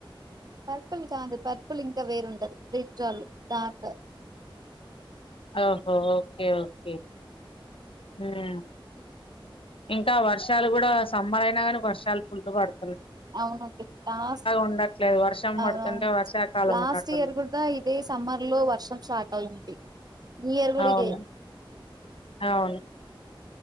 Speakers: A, on the right (about 50°); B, on the left (about 80°).
A: purple కాదు పర్పుల్ ఇంకా వేరుంటది బ్రింజల్ డార్క్
B: ఓహో ఒకే ఒకే మ్మ్ ఇంకా వర్షాలు కూడా సమ్మర్ అయినా కానీ వర్షాలు ఫుల్లు పడు
A: అవునండి లాస్ట్
B: ఉండట్లేదు వర్షం
A: అవునను
B: పడుతుంటే వర్షాకాలం
A: లాస్ట్
B: ఉన్నట్టుంది
A: ఇయర్ కూడ ఇదే సమ్మర్ లో వర్షం స్టార్ట్ అయింది ఈ ఇయర్ కూడా
B: అవును
A: ఇదే
B: అవును